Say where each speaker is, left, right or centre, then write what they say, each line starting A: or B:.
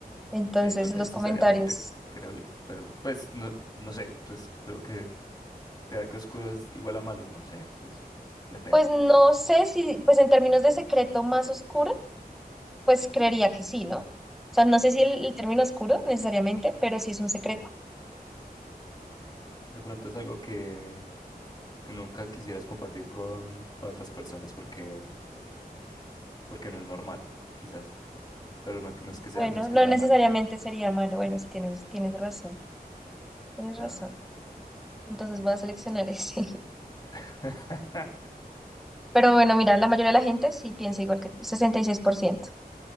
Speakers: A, on the left; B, in the centre.
A: <laughs>
B: Entonces
A: eh, no necesariamente,
B: los comentarios,
A: creo yo. Pero pues no, no sé, pues creo que será que oscuro es igual a malo, no sé, pues depende.
B: pues no sé si, pues en términos de secreto más oscuro, pues creería que sí, ¿no? O sea, no sé si el, el término oscuro necesariamente, pero si es un secreto,
A: De pronto es algo que, que nunca quisieras compartir con, con otras personas porque, porque no es normal, quizás. Pero no, no es que sea,
B: bueno,
A: no es que
B: no
A: sea
B: necesariamente
A: malo.
B: sería malo. Bueno, sí tienes, tienes razón, tienes
A: Ajá.
B: razón. Entonces voy a seleccionar ese. <laughs>
A: <laughs>
B: Pero bueno, mira, la mayoría de la gente sí piensa igual que tú, 66%.